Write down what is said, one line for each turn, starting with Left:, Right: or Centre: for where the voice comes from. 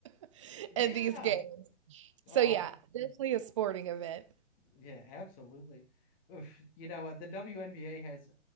Right: <laughs>
Left: Yeah.
Right: in these games. So
Left: Uh,
Right: yeah, definitely a sporting event.
Left: yeah, absolutely. Oof, you know, the WNBA has